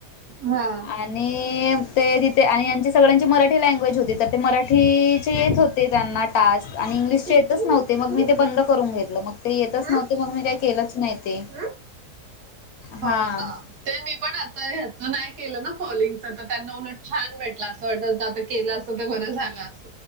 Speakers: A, on the right; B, on the left.
A: हा
B: आ णि ते तिथे आणि यांची सगळ्यांची मराठी लँग्वेज होती, तर ते मरा ठीचे येत होते त्यांना टास्क आणि इंग्लिशचे
A: टीचर
B: येतच नव्हते. मग
A: तू
B: मी ते बंद करून घेतलं, मग ते येतच
A: हा
B: नव्हते. मग मी काही केलंच नाही ते.
A: हा हो
B: हां
A: ना.
B: <inaudible>
A: ते मी पण आता ह्याच नाही केलं ना कॉलिंगचं. तर त्यांना उलट छान भेटलं असं वाटत होतं, आता केलं असतं तर बरं झालं अस